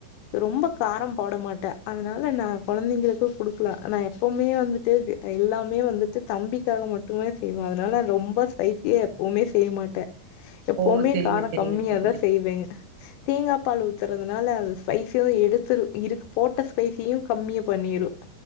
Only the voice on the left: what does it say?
ரொம்ப காரம் போட மாட்ட அதனால நா கொழந்தைங்களுக்கு குடுக்லா நா எப்பவ்மே வந்துட்டு எல்லாமே வந்துட்டு தம்பிக்காக மட்டுமே செய்வ அதுனால ரொம்ப ஸ்பைசிய எப்பவுமே செய்ய மாட்ட எப்பவ்மே
காரொ
கம்மியாதா
செய்வேங் தேங்காப்பால் ஊத்தறதுனால அது ஸ்பைசியொ எடுத்துரு இருக் போட்ட ஸ்பைசியு கம்மிய பண்ணிரு